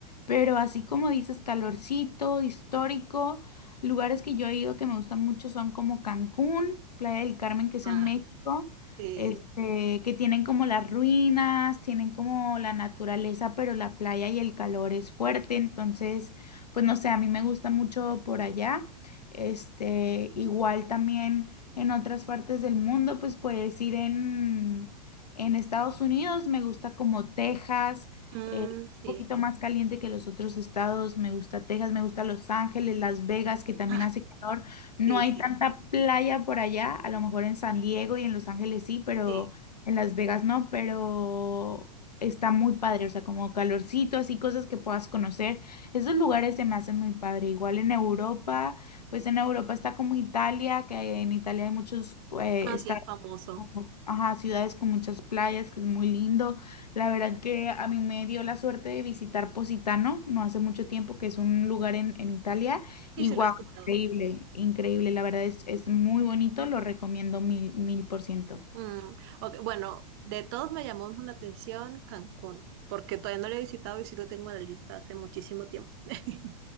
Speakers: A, on the left (about 70°); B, on the right (about 35°).
A: pero así como dices, calorcito, histórico, lugares que yo he ido que me gustan mucho son como Cancún, Playa del Carmen, que es
B: Ah,
A: en México,
B: sí.
A: este, que tienen como las ruinas, tienen como la naturaleza, pero la playa y el calor es fuerte, entonces, pues no sé, a mí me gusta mucho por allá, este, igual también en otras partes del mundo, pues puedes ir en, en Estados Unidos, me gusta como Texas,
B: Mm,
A: eh,
B: sí.
A: un poquito más caliente que los otros estados, me gusta Texas, me gusta Los Ángeles, Las Vegas, que también
B: Ah,
A: hace calor, no
B: sí,
A: hay
B: sí,
A: tanta playa por allá, a lo mejor en San Diego y en Los Ángeles sí, pero
B: sí.
A: en Las Vegas no, pero... Está muy padre, o sea, como calorcito, así cosas que puedas conocer. Esos lugares se me hacen muy padre. Igual en Europa, pues en Europa está como Italia, que en Italia hay muchos pues,
B: Ah,
A: estados,
B: sí, es famoso.
A: como- ajá, ciudades con muchas playas, que es muy lindo. La verdad que a mí me dio la suerte de visitar Positano no hace mucho tiempo, que es un lugar en, en Italia,
B: Sí,
A: y
B: sí,
A: wow,
B: lo he escuchado.
A: increíble, increíble. La verdad es, es muy bonito, lo recomiendo mil, mil por ciento.
B: Mm, ok, Bueno, de todos me llamó la atención Cancún, porque todavía no lo he visitado y sí lo tengo en la lista hace muchísimo tiempo. <laughs>